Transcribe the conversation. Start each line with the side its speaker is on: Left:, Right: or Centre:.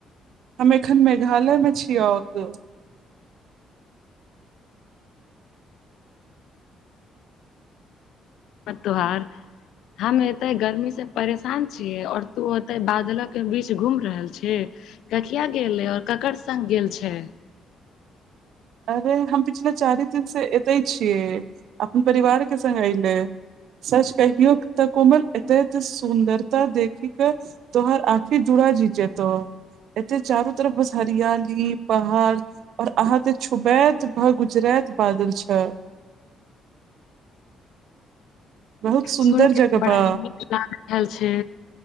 Right: हम एखन मेघालय मे छी औक
Left: तोहार हम ऐते गर्मी से परेशान छीयै और तू ओते बादल के बीच घूम रहल छी कहिया गेले और ककर सग गेल छै
Right: अरे हम पिछला चारि दिन से एते छियै अपन परिवार के स्ग अयले सच कहियौ तऽ कोमल एतेक सुन्दरता देखी कऽ तोहर आखि जुड़ा जी जेतो एते चारो तरफ बस हरियाली पहाड़ और अहाँ छुबैत भऽ गुजरैत बादल छ बहुत सुन्दर
Left: सुन के
Right: जगह
Left: तऽ बड़ा
Right: बा
Left: नीक लाग रहल छै